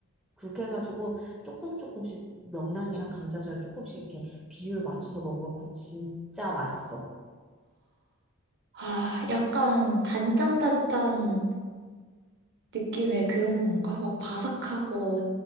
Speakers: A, in the centre; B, on the right.
A: 그렇게 해가지고 조금 조금씩 명란이랑 감자전을 조금씩 이렇게 비율 맞춰서 먹으면 그거 진짜 맛있어.
B: 아, 약간 단짠단짠 느낌의 그런 건가? 막 바삭하고